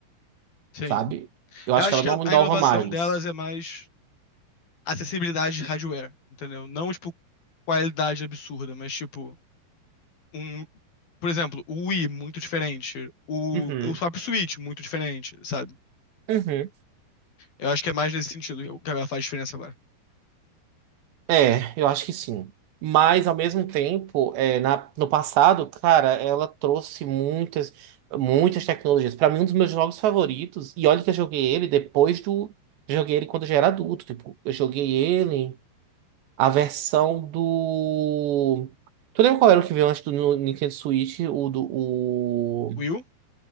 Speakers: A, on the left (about 55°); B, on the right (about 80°).
A: Sim.
B: sabe? Eu
A: Eu
B: acho
A: acho
B: que ela
A: que
B: não
A: a, a
B: inova
A: inovação
B: mais.
A: delas é mais acessibilidade de hardware, entendeu? Não, tipo, qualidade absurda, mas tipo, um, por exemplo, o Wii, muito diferente. O,
B: Uhum.
A: o próprio Switch, muito diferente, sabe?
B: Uhum.
A: Eu acho que é mais nesse sentido que o que ela faz diferença agora.
B: É, eu acho que sim. Mas, ao mesmo tempo, é, na, no passado, cara, ela trouxe muitas, muitas tecnologias. Pra mim, um dos meus jogos favoritos, e olha que eu joguei ele depois do. Joguei ele quando eu já era adulto. Tipo, eu joguei ele, a versão do. Tu lembra qual era o que veio antes do no- Nintendo Switch? O do. O...
A: Wii U?